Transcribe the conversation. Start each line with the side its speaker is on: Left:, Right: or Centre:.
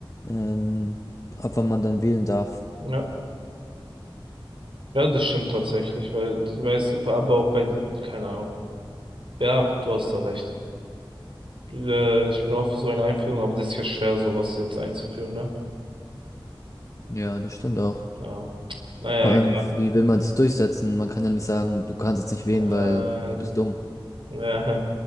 Left: ähm, ab wann man dann wählen darf.
Right: Ja. Ja, das stimmt tatsächlich, weil ich weiß, aber auch bei, den- keine Ahnung. Ja, du hast da recht. Äh, ich bin auch für so eine Einführung, aber das ist ja schwer, sowas jetzt einzuführen, ne?
Left: Ja, das stimmt auch.
Right: Ja. Naja,
Left: Vor allem,
Right: egal.
Left: wie will man es durchsetzen? Man kann ja nicht sagen, du kannst jetzt nicht
Right: Äh,
Left: wählen, weil du
Right: ja,
Left: bist dumm. <laughs>
Right: <laughs>